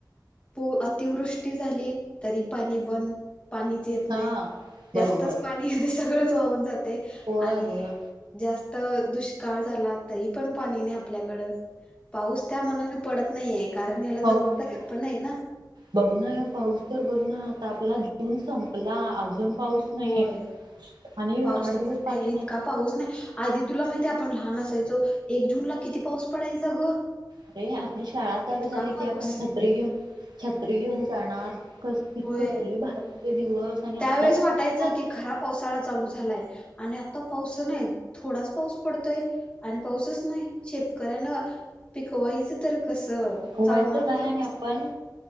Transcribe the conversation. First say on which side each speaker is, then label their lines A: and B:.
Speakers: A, on the left; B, on the right.
A: प अतिवृष्टी झाली तरी पाणी बंद पाणी. येत नाही
B: हा
A: जास्तच
B: बरोबर
A: पाणी सगळंच वाहून जाते
B: होय
A: आणि.
B: अगं
A: जास्त दुष्काळ झाला तरी पण पाणी नाही आपल्याकडं. पाऊस त्या मनान पडत नाहीे कारण याला
B: पाणी
A: जबाबदारी आप आपण आहे ना.
B: बघ ना पाऊस तर बघ ना आता आपला जून संपला अजून पाऊस. नाही
A: होय
B: आणि
A: पावसाचा
B: आठ दिवस पाणी
A: ते इतका
B: नाही.
A: पाऊस नाही आधी तुला माहिती आपण लहान असायचो एक जून ला किती पाऊस पडायचा ग.
B: अरे आपली शाळा चालू
A: इतका
B: झाली
A: पाऊस
B: की आपण छत्री घेऊन छत्री घेऊन जाणार. कस
A: होय
B: कसली भारचे दिवस आणि
A: त्यावेेळेस
B: आताय.
A: वाटायचं की खरा पावसाळा चालू झालाय आणि आता पावस नाही थोडाच पाऊस पडतोय. आणि पाऊसच नाही शेतकऱ्यांना पिकवायच तर. कसं
B: पिकवायच
A: चालणार
B: काय
A: तर
B: आणि आपण.